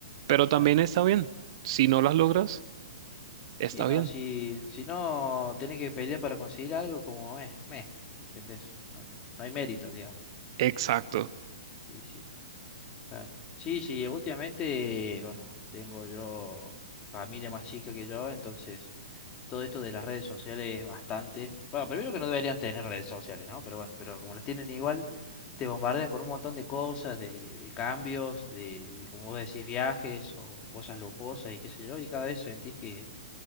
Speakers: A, on the right; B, on the left.
A: Pero también
B: claro.
A: está bien. Si no las logras, está
B: Sí, no,
A: bien.
B: si, si no tenés que pelear para conseguir algo, como es, meh, ¿entendés? No, no, no hay mérito, digamos.
A: Exacto.
B: No, no. sí, sí, claro. Sí, sí, últimamente, bueno, tengo yo familia más chica que yo, entonces todo esto de las redes sociales es bastante. Bueno, primero que no deberían tener redes sociales, ¿no? Pero bueno, pero como las tienen igual, te bombardean con un montón de cosas, de, de cambios, de, de, como vos decís, viajes o cosas lujosas y qué sé yo, y cada vez sentís que